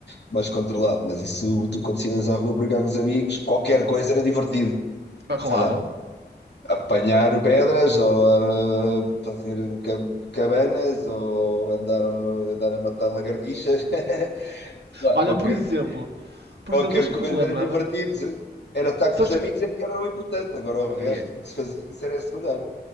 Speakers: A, on the left (about 80°); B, on the right (about 75°).
A: mais controlado. Mas isso, tu quando saías à rua brincar com os amigos, qualquer coisa era divertido.
B: Oh, claro.
A: Sei lá, apanhar pedras ou uh, fazer ca- cabanas ou andar, a- andar a matar lagartixas. <laughs> Sei lá,
B: Olha,
A: qualquer,
B: por exemplo, por
A: qualquer
B: exemplo, sabes o que
A: coisa
B: é que eu me lembrava?
A: era divertido. Era estar
B: Sabes
A: com os
B: que-
A: amigos é que era o importante. Agora o resto
B: é,
A: que se fazia, isso era secundário.